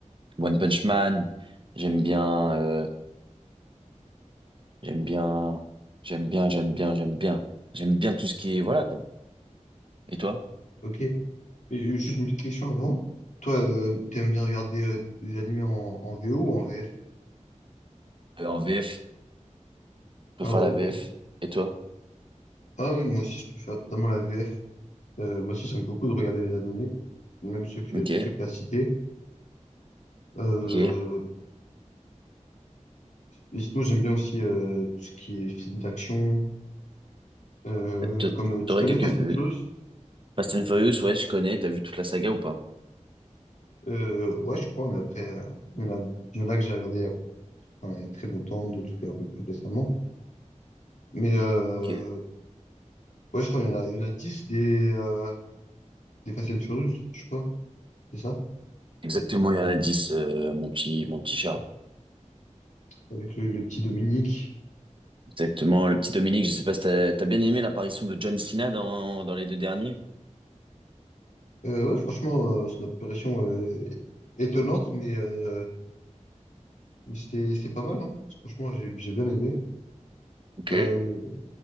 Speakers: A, on the right (about 40°); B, on the left (about 70°).
A: One Punch Man. J'aime bien, euh, j'aime bien, j'aime bien, j'aime bien, j'aime bien. J'aime bien tout ce qui est, voilà, quoi. Et toi?
B: Ok. Et juste une petite question avant. Toi, euh, t'aimes bien regarder euh, des animés en, en VO ou en VF?
A: Euh, en VF. Je
B: Ah,
A: préfère
B: ok.
A: la VF. Et toi?
B: Ah oui, moi aussi, je préfère totalement la VF. Euh, moi aussi, j'aime beaucoup de regarder les animés, même ceux que,
A: Ok.
B: tous ceux que t'as cités. Euh,
A: Ok.
B: et sinon, j'aime bien aussi euh, tout ce qui est film d'action. Euh,
A: T-
B: comme euh, tu
A: T'aurais
B: connais
A: quelques...
B: Fast and Furious?
A: Fast and Furious, ouais, je connais. T'as vu toute la saga ou pas?
B: Euh, ouais, je crois, mais après, euh, il y en a, il y en a que j'ai regardé il y a, enfin, il y a très longtemps, d'autres un peu plus récemment. Mais euh,
A: Ok.
B: ouais, je crois qu'il y en a, il y en a 10 des, euh, des Fast and Furious, je crois. c'est ça,
A: Exactement, il y en a dix euh, mon petit, mon petit Charles.
B: avec le, le petit Dominique.
A: Exactement. Le petit Dominique, je sais pas si t'as, t'as bien aimé l'apparition de John Cena dans, dans les deux derniers?
B: Euh, ouais, franchement, euh, son apparition euh, étonnante, mais, euh, mais c'était, c'est pas mal, hein. Franchement, j'ai j'ai bien aimé.
A: Ok.
B: Euh,